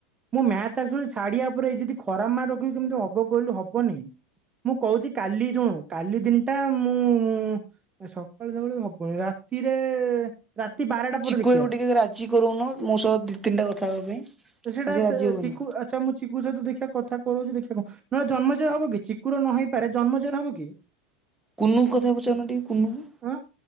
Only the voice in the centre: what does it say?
ଚିକୁ
ଭାଈକୁ ଟିକେ ରାଜି କରୁଉନ ମୋ ସହ ଦି ତିନିଟା କଥା ହେବା ପାଇଁ।
ଆଜି
ରାଜି ହବନି।
କୁନୁ କଥା ପଚାଉନା ଟିକେ କୁନୁର